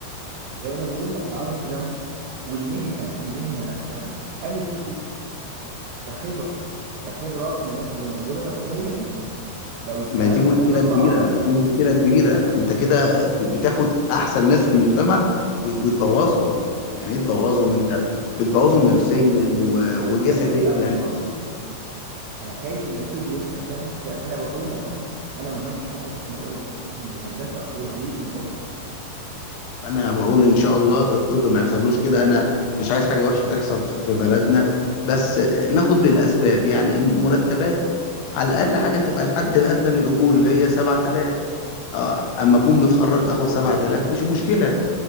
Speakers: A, on the right (about 80°); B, on the left (about 85°).
A: زي ما بيقول لك العدد في لم والمهنه المهنه نفسها قلت كتير كخبرة كخبرات الناس اللي موجودة بقت قليلة جدا لو الكلام
B: ما دي مشكلة
A: ده اتطبق
B: كبيرة
A: على الطب
B: دي مشكلة كبيرة انت كده ب- بتاخد احسن ناس في المجتمع و- وتبوظهم يعني ايه
A: أيوة
B: تبوظهم
A: ما
B: انت بتبوظهم
A: هي هن...
B: نفسيا و-
A: هي هندسة
B: وجسديا
A: فعلا باظت أنا خايف إن الطب يحصل فيها نفس الكلام أنا بقول لك أهو أنا مهندس مدني أنا بقول لك إن الهندسة أوريدي باظت
B: انا بقول ان شاء الله الطب ما يحصلوش كده انا مش عايز حاجة وحشة تحصل في في بلدنا بس ناخد بالاسباب يعني مرتبات على الاقل حاجة تبقى الحد الادنى للاجور اللي هي 7000 آه، اما اكون متخرج اخد 7000 مش مشكلة